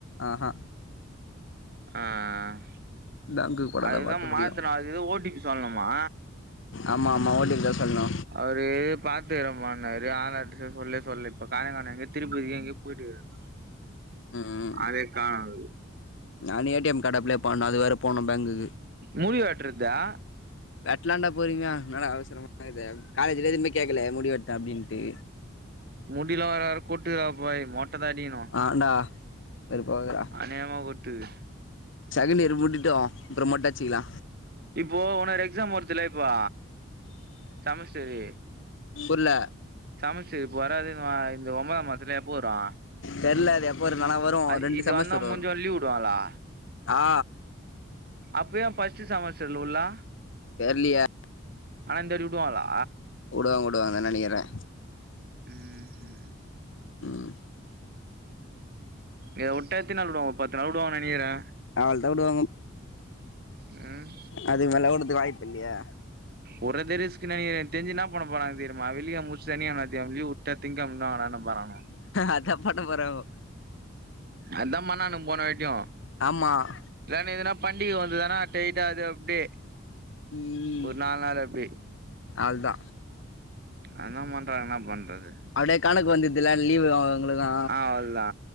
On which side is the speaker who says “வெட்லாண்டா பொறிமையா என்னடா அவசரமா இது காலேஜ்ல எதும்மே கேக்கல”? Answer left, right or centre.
Left